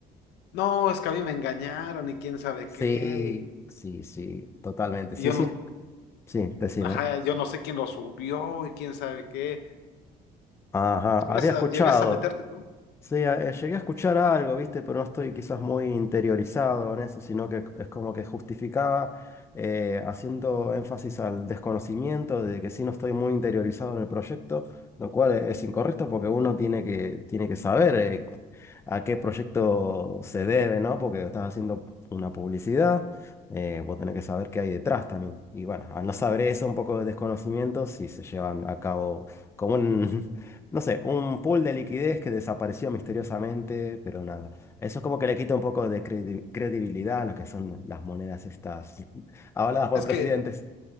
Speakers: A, on the left; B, on the left.
A: No, es que a mí me engañaron y quién sabe
B: Sí,
A: qué.
B: sí, sí, totalmente.
A: Y,
B: Sí,
A: yo
B: sí.
A: no,
B: Sí, decime.
A: ajá, yo no sé quién lo subió y quién sabe qué.
B: Ajá, había
A: ¿Llegas
B: escuchado.
A: a, llegas a meterte tú?
B: Sí, a- eh, llegué a escuchar algo, ¿viste? Pero no estoy quizás muy interiorizado en eso, sino que es como que justificaba eh, haciendo énfasis al desconocimiento de que sí no estoy muy interiorizado en el proyecto, lo cual e- es incorrecto porque uno tiene que, tiene que saber eh, a qué proyecto se debe, ¿no? Porque estás haciendo una publicidad, eh, vos tenés que saber qué hay detrás también. Y bueno, al no saber eso, un poco de desconocimiento, si se llevan a cabo como en <laughs> no sé, un pool de liquidez que desapareció misteriosamente, pero nada. Eso es como que le quita un poco de credi- credibilidad a lo que son las monedas estas <laughs> avaladas por
A: Es
B: presidentes.
A: que,